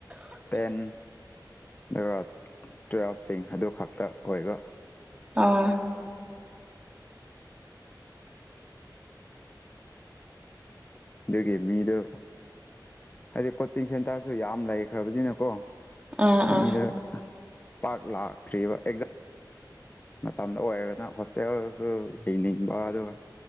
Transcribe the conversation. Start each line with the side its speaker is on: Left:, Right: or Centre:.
Left: ꯇꯦꯟ ꯑꯗꯨꯒ ꯇꯨꯋꯦꯜꯐꯁꯤꯡ ꯑꯗꯨ ꯈꯛꯇ ꯑꯣꯏꯕ
Right: ꯑꯣ <unintelligible>
Left: ꯗꯒꯤꯦ ꯃꯤꯗ ꯍꯥꯏꯗꯤ ꯀꯣꯆꯤꯡ ꯁꯦꯟꯇꯔꯁꯨ ꯌꯥꯝ ꯂꯩꯈ꯭ꯔꯕꯅꯤꯅꯀꯣ
Right: ꯑꯥ ꯑꯥ
Left: ꯃꯤꯗ ꯄꯥꯛ ꯂꯥꯛꯇ꯭ꯔꯤꯕ ꯑꯦꯛꯖꯥꯝ ꯃꯇꯝꯗ ꯑꯣꯏꯔꯒꯅ ꯍꯣꯁꯇꯦꯜꯁꯨ ꯂꯩꯡꯅꯤꯡꯕ ꯑꯗꯨꯒ